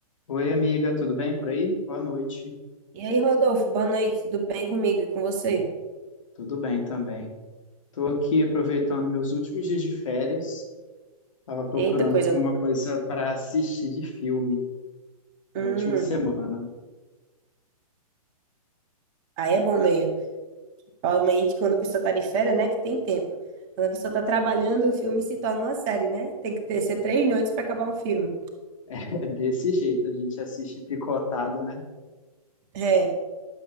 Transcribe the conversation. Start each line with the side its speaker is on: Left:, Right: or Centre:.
Left: Oi, amiga, tudo bem por aí? Boa noite.
Right: E aí, Rodolfo, boa noite, tudo bem comigo e com você?
Left: Tudo bem também. Estou aqui aproveitando meus últimos dias de férias. Estava procurando
Right: Eita, coisa
Left: alguma
Right: boa.
Left: coisa para assistir de filme.
Right: Hum,
Left: É a última semana.
Right: aí é bom meio. Principalmente quando a pessoa tá de férias, né, que tem tempo. Quando a pessoa tá trabalhando, o filme se torna uma série, né? Tem que ter, ser três noites pra acabar um filme.
Left: <laughs> É desse jeito, a gente assiste picotado, né?
Right: É.